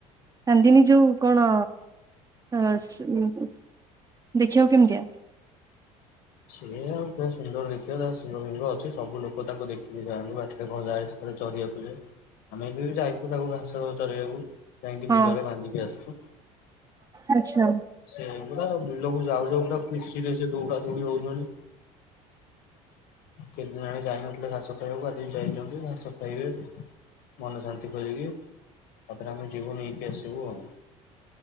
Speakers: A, on the right (about 20°); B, on the left (about 70°).
A: ଚାନ୍ଦିନି ଯୋଉ କଣ ଅ ସ୍ ଦେଖିବାକୁ କେମତିଆ?
B: ସିଏ ଆଉ ପୁରା ସୁନ୍ଦର ଦେଖିବା ତା ଶିଙ୍ଗ ଫିଙ୍ଗ ଅଛି ସବୁ ଲୋକ ତାକୁ ଦେଖିକି ଯାଆନ୍ତି ବାଟରେ ଗଲାବେଳେ ସେ ଏପଟେ ଚରିବାକୁ ଯାଏ ଆମେ ବି ଯାଇଥିଲୁ ତାକୁ ଘାସ ଚରେଇବାକୁ। ଯାଇଁକି
A: ହଁ
B: ବିଲରେ ବାନ୍ଧିକି ଆସଚୁ।
A: ଆଚ୍ଛା।
B: ସେ ପୁରା ବିଲକୁ ଯାଉ ଯାଉ ପୁରା ମିସିକିରେ ଯୋରସେ ଦୌଡାଦୌଡି ହୋଉଚନ୍ତି। କେତେଦିନି ହେଲାଣି ଯାଇନଥିଲେ ଘାସ ଖାଇବାକୁ ଆଜି ଯାଇଚନ୍ତି ଘାସ ଖାଇବେ। ମନ ଶାନ୍ତି କରିକି ତାପରେ ଆମେ ଯିବୁ ନେଇକି ଆସିବୁ ଆଉ।